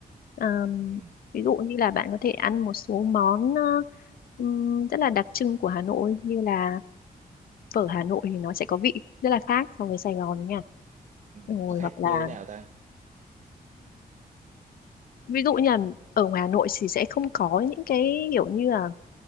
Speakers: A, on the left; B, on the right.
A: Ờm,
B: ừm,
A: ví dụ như là bạn có thể ăn một số món ờ, ừm, rất là đặc trưng của Hà Nội như là phở Hà Nội thì nó sẽ có vị rất là khác so với Sài Gòn nha.
B: ừm,
A: Rồi
B: nó khác
A: hoặc là
B: như thế nào ta?
A: ví dụ như là ở ngoài Hà Nội thì sẽ không có những cái kiểu như là